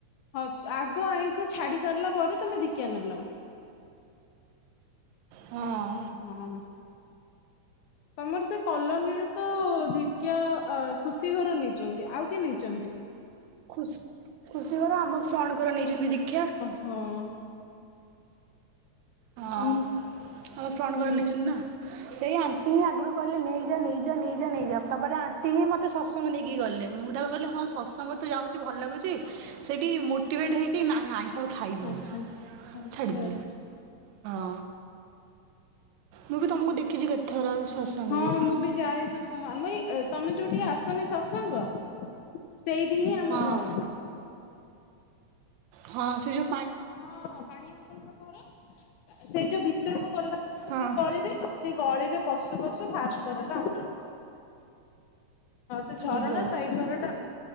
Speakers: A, on the left; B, on the right.
A: ହଉ ଆଗ ଆଇଁଷ ଛାଡି ସାରିଲା ପରେ ତମେ ଦିକିଆ ନେଲ?
B: ହଁ
A: ହୁଁ ହଁ। ତମର ସେ କଲୋନୀରେ ତ ଧିକିଆ ଖୁସି ଘର ନେଇଚନ୍ତି ଆଉ କିଏ ନେଇଚନ୍ତି?
B: ଖୁ ଖୁସି ଘର ଆମ ଫ୍ରଣଙ୍କର ନେଇଛନ୍ତି ଦୀକ୍ଷା।
A: ହଁ।
B: ହଁ
A: ଆମ
B: ଆମ ଫ୍ରଣ୍ଟ
A: ହୁଁ
B: ଘର ନେଇଛନ୍ତି ନା। ସେଇ ଆଣ୍ଟି ହିଁ ଆଗରୁ କହିଲେ ନେଇଯା ନେଇଯା ନେଇଯା ନେଇଯା ତାପରେ ଆଣ୍ଟି ହିଁ ମତେ ମତେ ସତସଙ୍ଗ ନେଇକି ଗଲେ ମୁଁ ତାକୁ କିହିଲି ହଁ ସତସଙ୍ଗ ତ ଯାଉଚି ଭଲ ଲାଗୁଛି ସେଇଠି ମୋଟିଭେଟ ହେଇକି ନାହିଁ ଆଇଁଷକୁ ଖାଇବିନି
A: ଆଚ୍ଛା। ଆଚ୍ଛା
B: ଛାଡ଼ିଦେଲି।
A: ଆଚ୍ଛା
B: ହଁ ମୁଁ ବି ତମକୁ ଦେଖିଛି କେତଥର ସତ୍ସଙ୍ଗରେ
A: ହଁ ମୁଁ ବି ଯାଏ ଶତତ୍ସଙ୍ଗ ଆମ ଏଇ ତମେ ଯୋଉ ଠିକି ଆସନି ଶତତ୍ସଙ୍ଗ। ସେଇଠି ହିଁ ଆମ
B: ହଁ।
A: ଘର।
B: ହଁ ସେ ଯଉ।
A: ହଁ ପାଣି ଅଙ୍କଲଙ୍କ ଘର ସେଇ ଯୋଉ ଭିତରକୁ ଗଲା
B: ହଁ।
A: ଗଳିରେ। ସେଇ ଗଳି ରେ ପଶୁ ପଶୁ ଫାଷ୍ଟ ଘରଟା ଆମର। ହଁ ସେ ଝରନା
B: ଓହୋ।
A: ସାଇଟ୍ ଘର ଟା ଆମର।